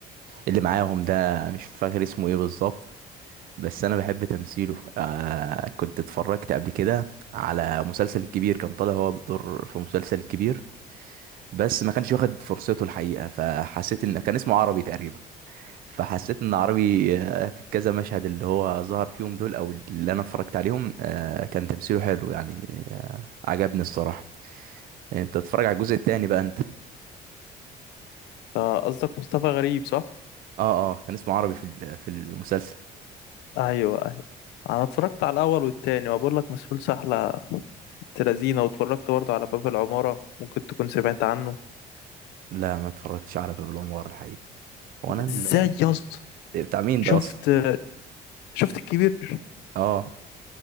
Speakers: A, on the right; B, on the left.
A: اللي معاهم ده مش فاكر اسمه ايه بالظبط بس انا بحب تمثيله آه كنت اتفرجت قبل كده على مسلسل الكبير كان طالع هو بدور في مسلسل الكبير بس ما كانش واخد فرصته الحقيقه فحسيت ان كان اسمه عربي تقريبا فحسيت ان عربي آه، في كذا مشهد اللي هو ظهر فيهم دول او اللي انا اتفرجت عليهم آه، كان تمثيله حلو يعني آه، عجبني الصراحه يعني انت تتفرج على الجزء التاني بقى انت
B: ده قصدك مصطفى غريب صح؟
A: اه اه كان اسمه عربي في ال- في المسلسل
B: أيوة أيوة أنا اتفرجت على الأول والتاني وبقول لك مسحول سحلة تلازينة واتفرجت برضه على باب العمارة ممكن تكون سمعت عنه
A: لا ما اتفرجتش على باب العمارة الحقيقه هو انا ال-
B: ازاي يا اسطى
A: بتاع مين
B: شفت
A: ده اصلا
B: شفت الكبير
A: اه